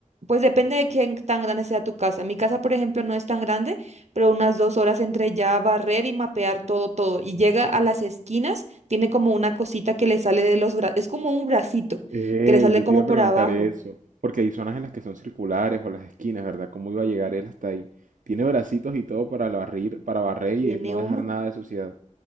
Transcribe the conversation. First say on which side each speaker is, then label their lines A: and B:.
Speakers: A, on the right; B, on the right.
A: Pues depende de qué tan grande sea tu casa. Mi casa, por ejemplo, no es tan grande, pero unas dos horas entre ya barrer y mapear todo, todo. Y llega a las esquinas, tiene como una cosita que le sale de los brazos. Es como un bracito
B: Ey,
A: que le sale
B: yo
A: como
B: te iba a
A: por
B: preguntar
A: abajo.
B: eso, porque hay zonas en las que son circulares o las esquinas, ¿verdad? ¿Cómo iba a llegar él hasta ahí? Tiene bracitos y todo para barrir, para barrer y
A: Tiene
B: no
A: un,
B: dejar nada de suciedad.